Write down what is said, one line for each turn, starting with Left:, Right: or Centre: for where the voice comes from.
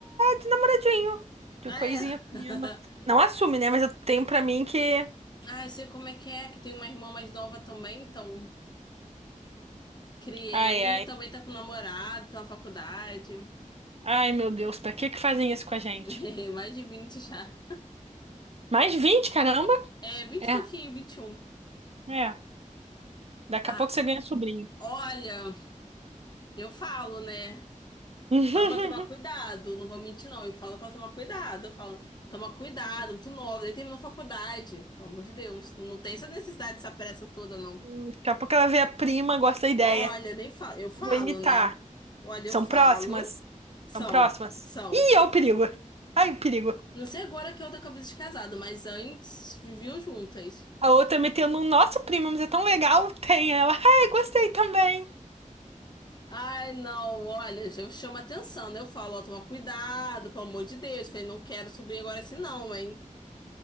Right: de namoradinho, de
Left: Ah,
Right: coisinha
Left: é.
Right: com o menino.
Left: <laughs>
Right: Não assume, né? Mas eu tenho pra mim que.
Left: Ah, eu sei como é que é, que tem uma irmã mais nova também, então. Criei,
Right: Ai, ai.
Left: também tá com namorado, tá na faculdade.
Right: Ai, meu Deus, pra que que fazem isso com a gente?
Left: <laughs> Mais de 20 já.
Right: Mais 20 caramba?
Left: É, vinte
Right: É,
Left: e pouquinho, vinte e um
Right: é. Daqui
Left: Ah,
Right: a pouco você ganha sobrinho.
Left: olha, eu falo, né?
Right: <laughs>
Left: Falo pra tomar cuidado, não vou mentir, não. Eu falo pra tomar cuidado. Eu falo, toma cuidado, muito nova, nem terminou faculdade. Pelo amor de Deus. Não tem essa necessidade, essa pressa toda, não.
Right: Hum, Daqui a pouco ela vê a prima, gosta da ideia.
Left: Olha, nem falo. Eu falo,
Right: Vou imitar.
Left: né? Olha,
Right: São
Left: eu falo.
Right: próximas?
Left: São,
Right: São próximas?
Left: são.
Right: Ih, olha o perigo. Ai, o perigo.
Left: Não sei agora que eu tô com a vida de casado, mas antes viviam juntas.
Right: A outra metendo um, nossa, prima, mas é tão legal. Tem ela. Ai, gostei também.
Left: Ai, não, olha, eu chamo atenção, né? Eu falo, ó, toma cuidado, pelo amor de Deus. Falei, não quero subir agora assim, não, hein?